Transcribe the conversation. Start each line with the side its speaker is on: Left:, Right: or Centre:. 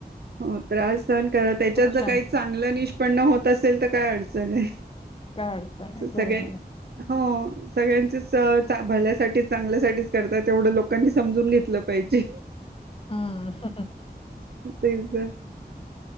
Right: हो त्रास सन करा त्याच्यात जर
Left: छान
Right: काही चांगलं निष्पन्न होत असेल तर काय अडचण आहे
Left: काय अडचण आहे बरोबर
Right: सगळ्यां
Left: आहे
Right: हो सगळ्यांच स भल्यासाठी चांगल्यासाठीच करताात तेवढं लोकांनी समजून घेतलं पाहिजे
Left: हम्म
Right: पि्झा